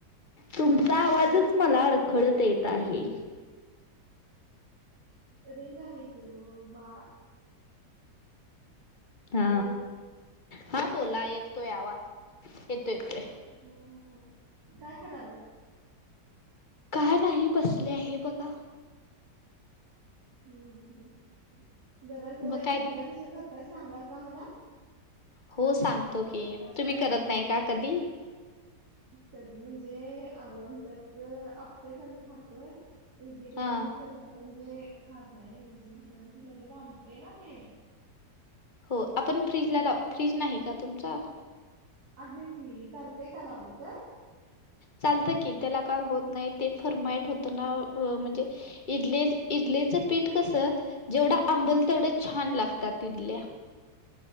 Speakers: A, on the left (about 30°); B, on the right (about 55°).
A: तुमचा आवाजच मला अडखळत येत आहे
B: रेंग आहे कि मा
A: हा
B: हॅलो
A: हा बोला येतोय आवाज येतो येतोय
B: हा हा काय कराला
A: का नाही बसले आहे बघा
B: हम्म हम् गरज
A: मग काय
B: इडल्या कस करताय सांगाल का मला
A: हो सांगतो की तुम्ही करत नाही का कधी
B: कधी म्हणजे त्यात आपेच आम्ही खकोय इडली कधी
A: हा
B: आम्ही सहसा म्हणजे खात नाही म्हणजे दुसऱ दुसला जामते ना ते
A: हो आपण फ्रीजला
B: ती
A: ला
B: ब-
A: फ्रीज
B: उ-
A: नाही का तुमचा
B: आहे की चालतेय का लावलं तर
A: चालतं की त्याला काय होत नाही ते फरमाईट होतं ना म्हणजे इडले इडलीचं पीठ कस जेवढं आंबल तेवढं छान लागतात इडल्या